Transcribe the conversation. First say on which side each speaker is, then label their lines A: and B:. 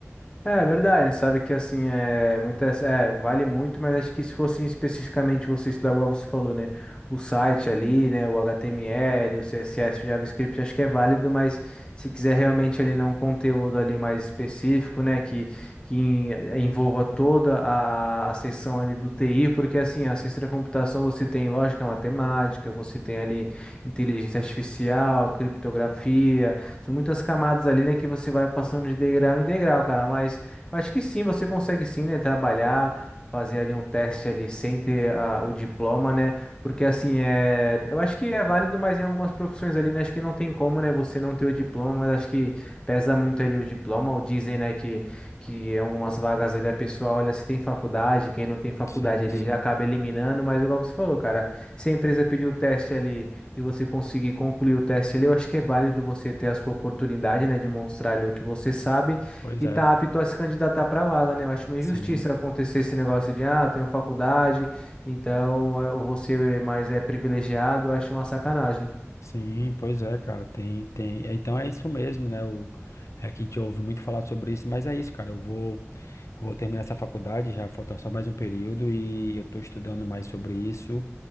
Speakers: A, on the left; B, on the left.
A: É é verdade, sabe que assim é muito é, vale muito, mas acho que se fosse especificamente você estudar, igual você falou, né? O site ali, né? O HTML, o CSS, o JavaScript, acho que é válido, mas se quiser realmente ali não um conteúdo ali mais específico, né? Que, que em- envolva toda a, a seção ali do TI, porque assim, a ciência da computação você tem lógica matemática, você tem ali inteligência artificial, criptografia. São muitas camadas ali, né, que você vai passando de degrau em degrau, cara. Mas eu acho que sim, você consegue sim, né, trabalhar, fazer ali um teste ali sem ter ah, o diploma, né? Porque assim, é, eu acho que é válido, mas em algumas profissões ali, né, acho que não tem como, né, você não ter o diploma, mas acho que pesa muito ali o diploma, ou dizem, né, que que em algumas vagas ali a pessoa olha se tem faculdade, quem não tem faculdade
B: Sim,
A: ali
B: sim.
A: já acaba eliminando, mas igual você falou, cara, se a empresa pedir o teste ali e você conseguir concluir o teste ali, eu acho que é válido você ter a sua oportunidade, né, de mostrar ali o que você sabe
B: Pois
A: e
B: é.
A: tá apto a se candidatar para a vaga, né? Eu acho uma
B: Sim.
A: injustiça acontecer esse negócio de, ah, eu tenho faculdade, então eh, eu vou ser mais é, privilegiado, eu acho uma sacanagem.
B: Sim, pois é, cara, tem, tem. é, Então é isso mesmo, né? O, é que a gente ouve muito falar sobre isso, mas é isso, cara. Eu vou, eu vou terminar essa faculdade, já falta só mais um período e eu tô estudando mais sobre isso.